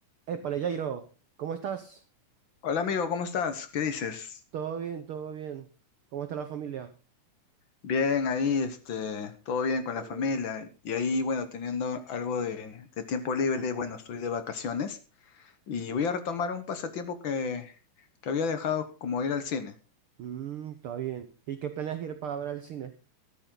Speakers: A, on the right; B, on the left.
A: Épale, Jairo, ¿cómo estás?
B: Hola amigo, ¿cómo estás? ¿Qué dices?
A: Todo bien, todo bien. ¿Cómo está la familia?
B: Bien, ahí, este, todo bien con
A: Qué
B: la
A: bueno.
B: familia. Y ahí, bueno, teniendo algo de, de tiempo libre, bueno, estoy de vacaciones y voy a retomar un pasatiempo que, que había dejado como ir al cine.
A: Mm, está bien. ¿Y qué planeas ir para ver al cine?